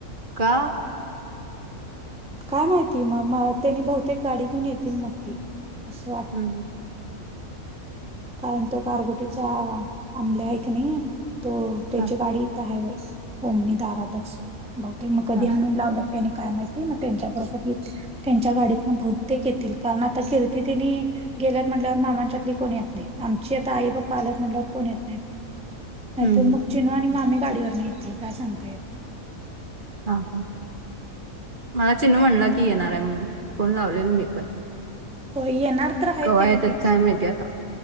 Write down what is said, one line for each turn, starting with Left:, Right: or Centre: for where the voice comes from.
Right: का
Centre: काय माहिती मग म त्यांनी बहुतेक गाडी घेऊन येतील मोठी असं वाट.
Right: <unintelligible>
Centre: कारण तो गार गोटीच्या आंमल्या आहे की नाही. तो त्याची
Right: हा,
Centre: गाडी इथं ह व ओममी दारातच बघ ते मग कधी
Right: हा,
Centre: आणून लावले. त्यांनी काय माहिती मग त्यांच्या बरोबर येत. त्यांच्या गाडीतन बहुतेक येतील कारण आता किर्ती तिनी गेल्यात म्हटल्यावर मामांच्या येत नाही आमचे आता आई बाबा आलात म्हणल्या वर कोण येत नाहीत
Right: हम्म,
Centre: नाहीतर मग चिनू आणि मग आ्ही गाडीवर न येतील काय सांगता येत नाही.
Right: हा हा मला चिननू म्हणला की येणार आहे म्हणून फोन लावलेलो मी पण
Centre: होय येणारत आहे
Right: केव्हा
Centre: ते नाही
Right: येतात
Centre: फिक्स
Right: काय माहिती आता